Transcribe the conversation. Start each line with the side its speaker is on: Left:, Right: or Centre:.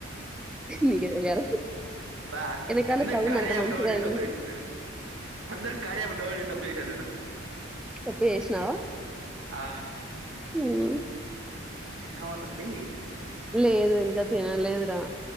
Centre: నీకే తెలియాలా
Right: పా
Centre: వెనకాల
Right: అందరికి
Centre: సౌండ్
Right: కార్య
Centre: అంత
Right: యాప్
Centre: మంచిగా
Right: డౌనోడ్ జేసి
Centre: వినిపి
Right: తప్పు జేసినా అందరికి కార్య అప్ డౌన్లోడ్ తప్పుజేస నేను
Centre: తప్పు చేసినావా
Right: ఆ
Centre: ఉమ్
Right: తిన్నావా లహరీ
Centre: లేదు ఇంకా తినలేదురా